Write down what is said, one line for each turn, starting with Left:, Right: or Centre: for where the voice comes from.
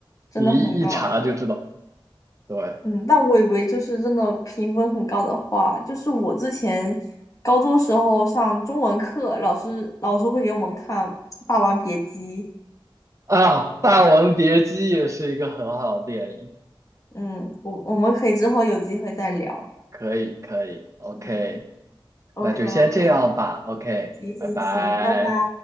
Left: 真的很高。
Right: 你一一查就知道，对
Left: 嗯，但我以为就是真的评分很高的话，就是我之前高中时候上中文课，老师老师会给我们看《霸王别姬》。
Right: 啊，《霸王别姬》也是一个很好的电影，
Left: 嗯，我我们可以之后有机会再聊。
Right: 可以可以，OK，
Left: 嗯 OK
Right: 那就先这样吧，OK，
Left: OK，行行行，
Right: 拜拜。
Left: 拜拜。